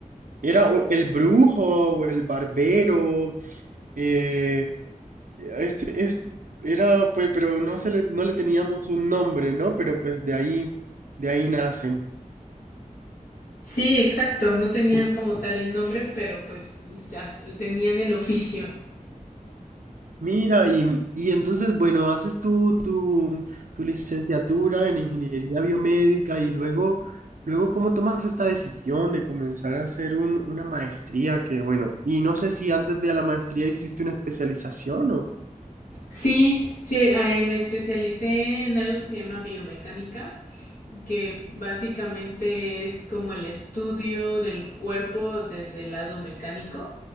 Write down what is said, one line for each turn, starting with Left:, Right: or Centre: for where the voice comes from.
Right: era o el brujo o el barbero, eh, este, es- era, pues, pero no se le, no le teníamos un nombre, ¿no? Pero pues de ahí, de ahí nacen.
Left: Sí, exacto, no tenían como tal el nombre, pero pues ya tenían el oficio.
Right: Mira, y, y entonces, bueno, haces tú tu, tu licenciatura en ingeniería biomédica y luego, luego, ¿cómo tomas esta decisión de comenzar a hacer un, una maestría? Que bueno, y no sé si antes de la maestría hiciste una especialización o...
Left: Sí, sí, eh, me especialicé en algo que se llama biomecánica, que básicamente es como el estudio del cuerpo desde el lado mecánico,